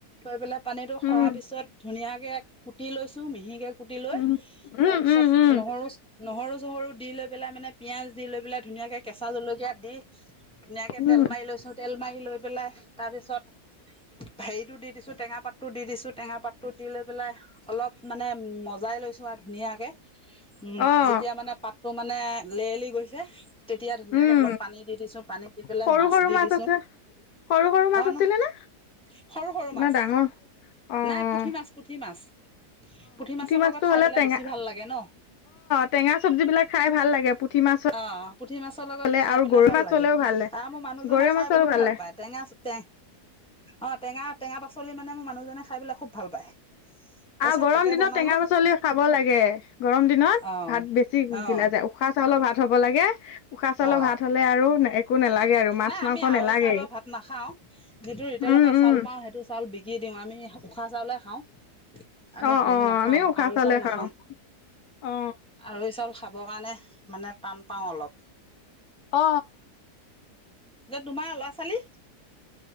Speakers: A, in the centre; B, on the left.
A: থৈ পেলাই পানীতটো সৰাৰ
B: উম,
A: পিছত ধুনীয়াকে। কুটি লৈছো মিহিকে কুটি লৈ।
B: উম, উম,
A: তাৰ পিছত
B: উম, উম,
A: নহৰু নহৰু- চহৰু দি লৈ পেলাই মানে পিয়াঁজ। দি লৈ পেলাই ধুনীয়াকে কেঁচা জলকীয়া দি ধুনীয়াকে
B: উম,
A: তেল মাৰি লৈছো তেল মাৰি লৈ পেলাই তাৰ পিছ। তাৰপিছত হেৰিতটো দি দিছো টেঙা পাতো দি দিছো টেঙা পাত তু দি লৈ পেলাই অলপ মানে মজাই লৈছো আৰু ধুনীয়াকে উম
B: অ',
A: যেতিয়া মানে পাতটো মানে লেলি গৈছে তেতিয়া ধুনীয়াকে
B: উম,
A: অলপ পানী দি দিছো, পানী দি পেলাই
B: সৰু
A: মাছ
B: সৰু
A: দি দিছো
B: আছে সৰু সৰু মাছ
A: অ
B: আছিলে
A: নহ
B: নে?
A: সৰু সৰু মাছ।
B: না ডাঙৰ? অ',
A: নাই পুঠি, মাছ পুঠি, মাছ পুঠি মাছৰ
B: মাছটো
A: লগত খাই
B: হ'লে
A: পেলাই
B: টেঙা
A: বেছি
B: অ
A: ভাল লাগে ন
B: টেঙা চব্জি বিলাক খাই ভাল লাগে পুঠি মাছ
A: অ পুঠি মাছৰ লগত
B: হ'লে
A: খাই
B: আৰু
A: পেলাই
B: গৰৈ
A: ভাল
B: মাছ
A: লাগে,
B: হ'লেও ভাল লাগে।
A: আৰু মোৰ মানুহজনে
B: গৰৈ
A: খাই
B: মাছ হ'লেও
A: বহুত ভাল
B: লাগে।
A: পায়। টেঙা টে অ টেঙা টেঙা পাচলি মানে মোৰ মানুহজনে খাই পেলাই খুব ভাল পায়। তাৰপিছত
B: আৰু গৰম
A: তাকে
B: দিনত
A: বনালো
B: টেঙা পাচলি খাব লাগে, গৰম দিনত
A: অ
B: ভাত বেছি উ
A: অ
B: গিলা যায় উশাহ চাউলৰ ভাত ভাত হ'ব লাগে উশাহ চাউলৰ
A: অ
B: ভাত হ'লে আৰু একো নালাগে আৰু মাছ
A: নাই
B: মাংস
A: আমি আৱৈ
B: নালাগেই
A: চাউলৰ ভাত নাখাও যিটো ৰিটেলৰ
B: উম
A: পৰা
B: উম
A: চাউল পাওঁ সেইটো চাউল বিকি দিওঁ আমি উশাহ চাউলে খাওঁ আমি
B: অ
A: হেৰি
B: অ
A: নাখাওঁ
B: আমিও উশাহ
A: আৰৈ
B: চাউলে
A: চাউল
B: খাওঁ
A: নাখাওঁ।
B: অ
A: আৰৈ চাউল কাৰণে মানে টান পাওঁ অলপ।
B: অ
A: এ তোমাৰ ল'ৰা ছোৱালী?